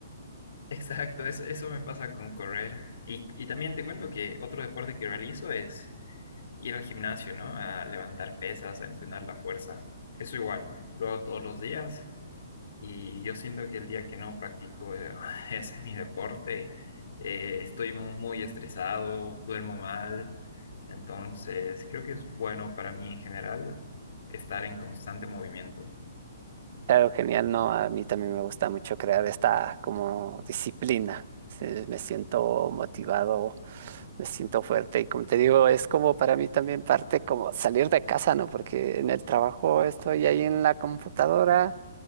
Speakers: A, on the left; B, on the right.
A: Exacto, eso, eso me pasa con correr. Y, y también te cuento que otro deporte que realizo es ir al gimnasio, ¿no? A levantar pesas, a entrenar la fuerza. Eso igual, lo hago todos los días y yo siento que el día que no practico eh, <laughs> ese mi deporte, eh, estoy mu- muy estresado, duermo mal. Entonces, creo que es bueno para mí en general estar en constante movimiento.
B: Claro, genial, ¿no? A mí también me gusta mucho crear esta como disciplina. Sí, Me siento motivado, me siento fuerte y como te digo, es como para mí también parte como salir de casa, ¿no? Porque en el trabajo estoy ahí en la computadora